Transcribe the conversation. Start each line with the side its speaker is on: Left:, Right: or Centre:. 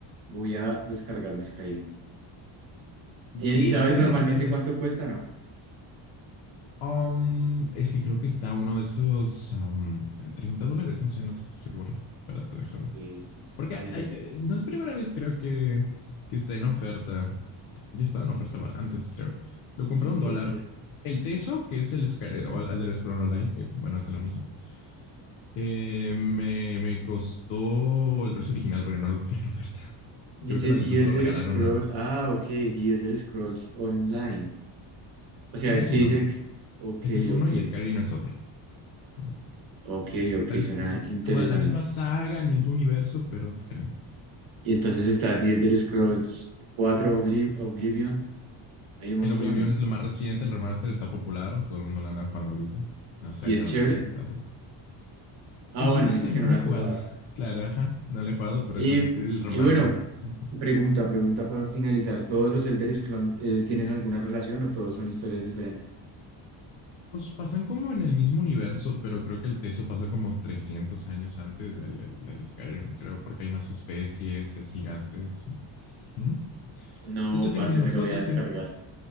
Right: voy a descargarme Skyrim. Eh,
Left: sí,
Right: ¿y sabes
Left: espera
Right: normalmente
Left: la oferta.
Right: cuánto cuesta? No.
Left: Um, es que creo que está uno de esos um, 30 dólares. No sé, no sé. Espérate, déjame.
Right: Ok, Skyrim.
Left: Porque hay- eh, no es primera vez, creo que, que está en oferta. Ya estaba en oferta va- antes, creo. Lo compré
Right: The
Left: a un dólar.
Right: Elder-
Left: El Teso, que es el Sky- o el Elder Scrolls Online, que bueno, es lo mismo, eh, me, me costó el precio original porque no lo compré en oferta. <laughs> Creo
Right: Dice
Left: que lo, incluso
Right: The Elder
Left: lo regalaron
Right: Scroll.
Left: una vez.
Right: Ah, ok. The Elder Scrolls Online. O sea,
Left: Ese
Right: es
Left: es
Right: que
Left: uno.
Right: dice que... Ok,
Left: Ese es uno
Right: ok.
Left: y Skyrim es otro. O
Right: Ok, ok.
Left: sea, es
Right: Suena interesante.
Left: como de la misma saga, el mismo universo, pero diferente.
Right: Y entonces está The Elder Scrolls cuatro Obli- Oblivion. Hay un montón.
Left: El Oblivion es lo más reciente, el remaster está popular, todo el mundo lo anda jugando ahorita. No sé,
Right: ¿Y es
Left: yo no
Right: chévere?
Left: lo he visto tampoco.
Right: Ah,
Left: Eso
Right: bueno,
Left: dicen,
Right: me dices que
Left: no
Right: no
Left: lo
Right: lo
Left: he
Right: has
Left: jugado.
Right: jugado.
Left: Claro, ajá, no lo he jugado, pero
Right: Y,
Left: es res- el remaster.
Right: y bueno,
Left: Ujú.
Right: pregunta, pregunta para finalizar. ¿Todos los Elder Scrolls eh, tienen alguna relación o todos son historias diferentes?
Left: Pues pasan como en el mismo universo, pero creo que el Teso pasa como 300 años antes del, del- del Skyrim, creo, porque hay más especies, hay gigantes. Ujú.
Right: No,
Left: De hecho, tengo
Right: parce,
Left: mis mascotas,
Right: me lo voy a descargar.
Left: ten-